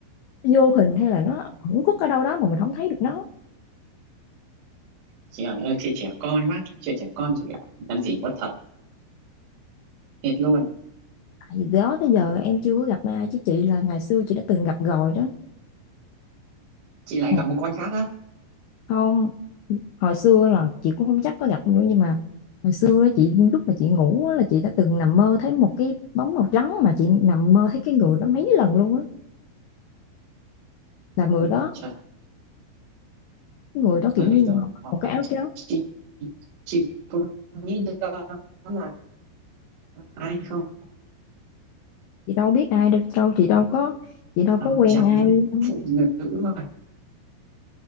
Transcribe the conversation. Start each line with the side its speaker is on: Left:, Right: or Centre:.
Left: vô hình hay là nó ẩn khuất ở đâu đó mà mình không thấy được nó
Right: chị ơi ơi, chị trẻ con quá chuyện trẻ con chị ạ làm gì quá thật thiệt luôn
Left: tại vì đó tới giờ em chưa có gặp ai chứ chị là ngày xưa chị đã từng gặp rồi đó
Right: chị lại
Left: Ngày-
Right: gặp một con khác á
Left: không hồi xưa là chị cũng không chắc có gặp không nữa nhưng mà hồi xưa á, chị lúc mà chị ngủ á, là chị đã từng nằm mơ thấy một cái bóng màu trắng mà chị nằm mơ thấy cái người đó mấy lần luôn á là người
Right: ôi
Left: đó
Right: trời
Left: người đó kiểu
Right: người
Left: như
Right: đó
Left: họ mặc một cái áo trắng
Right: chị chị có nghĩ đó là ai không
Left: chị đâu biết ai được đâu chị đâu có chị đâu có
Right: áo
Left: quen
Right: trắng
Left: ai
Right: này
Left: đâu
Right: phụ nữ rồi